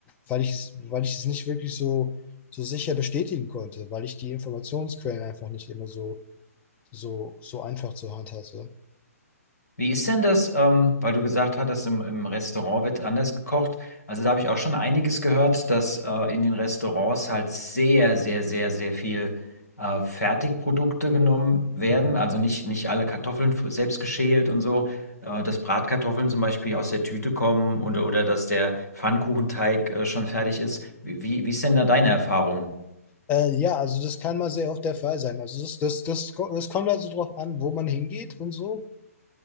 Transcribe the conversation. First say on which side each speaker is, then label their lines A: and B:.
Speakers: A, on the left; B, on the left.
A: weil ich es, weil ich es nicht wirklich so, so sicher bestätigen konnte, weil ich die Informationsquellen einfach nicht immer so, so, so einfach zur Hand hatte.
B: Wie ist denn das, ähm, weil du gesagt hattest, im, im Restaurant wird anders gekocht. Also da habe ich auch schon einiges gehört, dass äh, in den Restaurants halt sehr, sehr, sehr, sehr viel äh, Fertigprodukte genommen werden.
A: Mhm.
B: Also nicht, nicht alle Kartoffeln f- selbst geschält und so. Äh, dass Bratkartoffeln zum Beispiel aus der Tüte kommen oder, oder dass der Pfannkuchenteig äh, schon fertig ist. Wie, wie, wie ist denn da deine Erfahrung?
A: Äh, ja, also das kann mal sehr oft der Fall sein. Also das, das, das, ko- das kommt also drauf an, wo man hingeht und so.